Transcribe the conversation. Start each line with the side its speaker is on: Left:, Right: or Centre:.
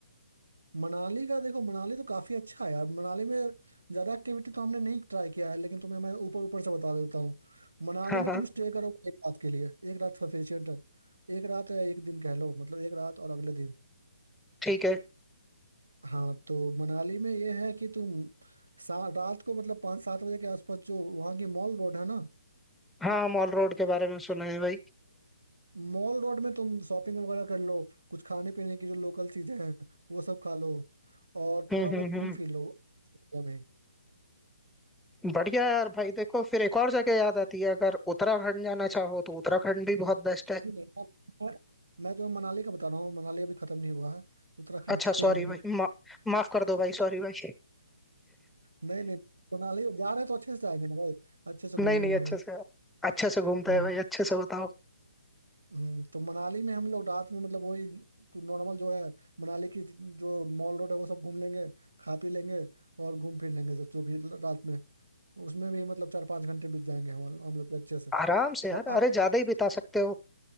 Right: मनाली का देखो मनाली तो काफी अच्छा है यार मनाली में ज्यादा एक्टिविटी तो हमने नहीं ट्राई किया है लेकिन तुम्हें मैं ऊपर ऊपर से बता देता हूँ मनाली
Centre: हाँ हाँ
Right: में तुम स्टे करोगे एक रात के लिए एक रात सफिशियंट है एक रात है एक दिन कह लो मतलब एक रात और अगले दिन
Centre: ठीक है
Right: हाँ तो मनाली में ये है कि तुम सा- रात को मतलब पाँच सात बजे के आसपास जो वहाँ की मॉल रोड है ना
Centre: हाँ मॉल रोड के बारे में सुना है भाई
Right: मॉल रोड में तुम शॉपिंग वगैरह कर लो कुछ खाने पीने की जो लोकल चीजें हैं वो सब खा लो और
Centre: हम्म
Right: थोड़ा बहुत
Centre: हम्म
Right: घूम
Centre: हम्म
Right: फिर लो अभी
Centre: बढ़िया है यार भाई देखो फिर एक और जगह याद आती है अगर उत्तराखंड जाना चाहो तो उत्तराखंड भी बहुत बेस्ट है
Right: जी। और मैं मैं तुम्हें मनाली का बता रहा हूँ मनाली अभी खत्म नहीं हुआ है उत्तराखंड
Centre: अच्छा
Right: पे भी
Centre: सॉरी
Right: आएंगे
Centre: भाई मा, माफ कर दो भाई सॉरी भाई
Right: नहीं नहीं मनाली जा रहे हैं तो अच्छे से जाएंगे ना भाई अच्छे से
Centre: नहीं
Right: घूमेंगे
Centre: नहीं अच्छे
Right: हमें
Centre: से आप अच्छे से घूमते
Right: हम्म
Centre: हैं भाई अच्छे से बताओ
Right: हम्म, तो मनाली में हम लोग रात में मतलब वही तो नॉर्मल जो है मनाली की जो मॉल रोड है वो सब घूम लेंगे खा पी लेंगे और घूम फिर लेंगे सब जो भी रात में उसमें भी मतलब चार पाँच घंटे बीत जाएंगे हम हम लोग के अच्छे से
Centre: आराम से यार
Right: और अगले
Centre: अरे ज्यादा ही बिता सकते हो